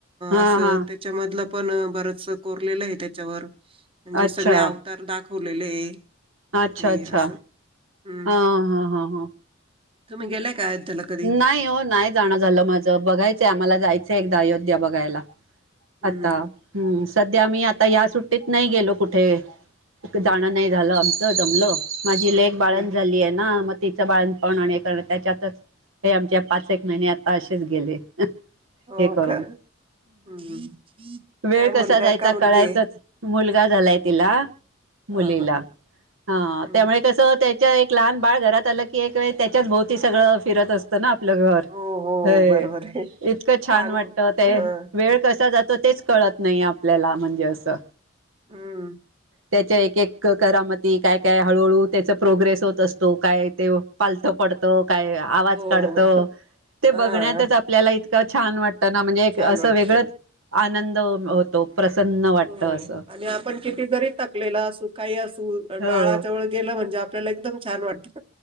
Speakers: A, on the right; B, on the right.
A: हा
B: असं
A: हा
B: त्याच्यामधलं पण बरचं कोरलेलं आहे त्याच्यावर म्हणजे
A: अच्छा
B: सगळे अवतार दाखवलेले आहे.
A: अच्छा
B: तिथे
A: अच्छा.
B: असं हम्म.
A: हा हा हा हा
B: तुम्ही गेलाय का अयोध्याला कधी?
A: नाही हो नाही जाणं झालं माझं बघायचंय आम्हाला जायचंय एकदा अयो- ध्या बघायला.
B: हम्म
A: आता हम्म सध्या मी आ- ता या सुट्टीत नाही गेलो कुठे. जाणं नाही झालं आमचं जमलं. माझी लेग
B: हम्म.
A: बाळण झाली आहे ना. मग तिचं बाळण पण त्याच्यातच, हे आमचे पाच एक महिने आता असेच गेले.
B: हो
A: हे करून
B: का? हम्म.
A: वेळ
B: काय
A: कसा
B: मुलगा
A: जायचा
B: आहे का मुलगी
A: कळायचाच
B: आहे?
A: मुल लगा झालाय तिला, मुलीला.
B: हा हा.
A: हां
B: हम्म.
A: त्यामुळे कस त्याच्या लहान बाळ घरात आलं की, एकवेळ त्याच्याच भोवती सगळं फिरत असतं ना? आपलं घर
B: हो हो
A: हे
B: बरोबर आहे.
A: इतकं छान
B: लहान
A: वाटत. ते
B: हं
A: वेळ कसा जा तो तेच कळत नाही आपल्याला म्हणजे असं.
B: हम्म.
A: त्याच्या एक एक करामती काय काय हळूहळू त्याचा प्रोग्रेस होत असतो काय ते पालथं पडतं, काय आवाज
B: हो,
A: काढतं
B: हो.
A: ते बघण्यातच
B: हां.
A: आपल्याला इतकं छान वाट तना म्हणजे
B: छान
A: असं
B: वाटतं.
A: वेगळंच आनंद होतो. प्रसन्न वाटत
B: हो
A: असं
B: आणि आपण किती जरी थकलेला असू काही असू
A: हो
B: बाळाजवळ गेल म्हणजे आपल्याला एकदम छान वाटतं.